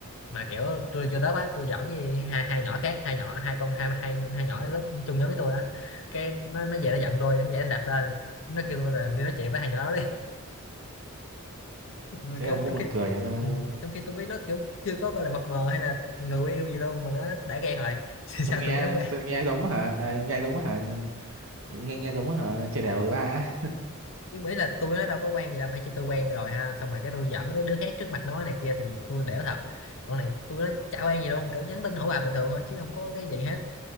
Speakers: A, on the left (about 65°); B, on the right (about 65°).
A: mà kiểu tôi vô lớp á tôi giỡn với hai hai nhỏ khác hai nhỏ hai con hai hai hai nhỏ lớp chung nhóm với tôi á cái nó nó về nó giận tôi nó dậy nó đạp lên nó kêu tôi là đi nói chuyện với hai nhỏ đó đi <laughs> mà
B: thế
A: kiểu
B: ông cũng
A: trong
B: buồn
A: khi
B: cười vậy sao,
A: ừ, trong khi tôi biết nó kiểu chưa có gọi là mập mờ hay là người yêu gì luôn mà nó đã ghen rồi <laughs>
B: sao
A: sao
B: nghe
A: tôi dám qua
B: sao nghe giống hả À, nghe giống hả nghe nghe giống hả chơi đèo với ba ấy.
A: nhưng mà ý là tôi nó đâu có quen gì đâu phải chỉ tôi quen rồi ha xong rồi cái tôi dẫn với đứa khác trước mặt nó này kia thì tôi đểu thật còn này tôi nó chả quen gì đâu cỡ nhắn tin hỏi bà bình thường thôi chứ không có cái gì hết